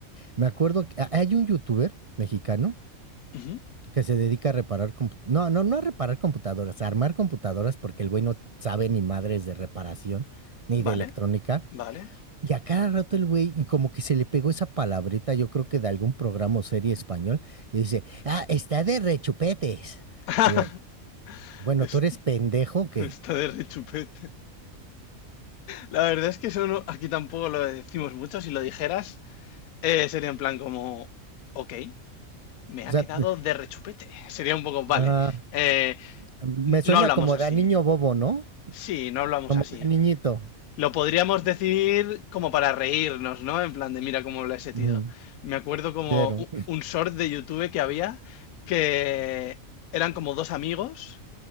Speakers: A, on the right (about 50°); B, on the left (about 85°).
A: me acuerdo que a- hay un youtuber mexicano
B: Ujú,
A: que se dedica a reparar compu- No, no, no a reparar computadoras, a armar computadoras porque el güey no sabe ni madres de reparación ni
B: Vale,
A: de electrónica.
B: vale.
A: Y a cada rato el güey y como que se le pegó esa palabrita, yo creo que de algún programa o serie español, y dice, ah, está de rechupetes.
B: <laughs>
A: Digo, bueno,
B: Es-
A: tú eres pendejo que...
B: Está de rechupete. La verdad es que eso no- aquí tampoco lo decimos mucho. Si lo dijeras, eh, sería en plan como, ok, me ha
A: O sea,
B: quedado
A: te-
B: de rechupete. <laughs> Sería un poco, vale.
A: ah,
B: eh,
A: me
B: n-
A: suena
B: no hablamos
A: como
B: así.
A: de a niño bobo, ¿no?
B: Sí, no hablamos
A: Como
B: así.
A: de a niñito.
B: Lo podríamos decir como para reírnos, ¿no? En plan de, mira cómo lo he sentido.
A: Ujú,
B: Me acuerdo como
A: Claro.
B: u- un short de YouTube que había que eran como dos amigos